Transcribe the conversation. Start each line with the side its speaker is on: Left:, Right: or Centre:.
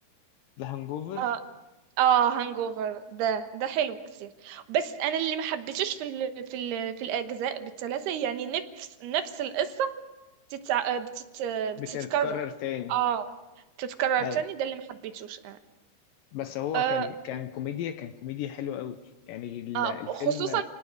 Left: ذا هانجوفر
Right: اه اه هانجوفر ده ده حلو كتير بس انا اللي ما حبيتوش في ال في ال في الاجزاء بالثلاثه يعني نفس نفس القصه بتتع... بتت...
Left: بت-
Right: بتتكرر
Left: بتكرر تاني
Right: اه تتكرر
Left: اي
Right: تاني ده اللي ما حبيتوش انا
Left: بس هو
Right: آه.
Left: كان كان كوميديا كان كوميديا حلوة قوي يعني ال-
Right: آه.
Left: الفيلم
Right: خصوصا